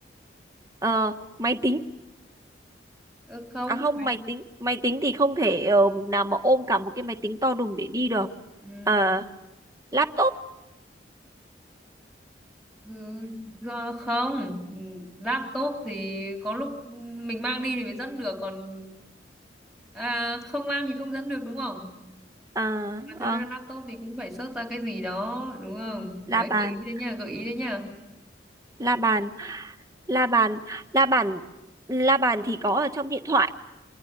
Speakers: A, on the right; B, in the centre.
A: ờ, máy tính.
B: Ừ, không.
A: À không,
B: mấy-
A: máy tính, máy tính thì không thể ờ, nào mà ôm cả một cái máy tính to đùng để đi được.
B: Ừ,
A: Ờ, laptop,
B: ừ, do- không. Ừ, Laptop thì có lúc mình mang đi thì mới dẫn được, còn à, không mang thì không dẫn được đúng không?
A: ờ,
B: mà thực
A: vâng,
B: ra laptop thì cũng phải search ra cái gì đó đúng không đấy
A: la bàn,
B: gợi ý đấy nha gợi ý đấy nha
A: la bàn, la bàn, la bàn, la bàn thì có ở trong điện thoại,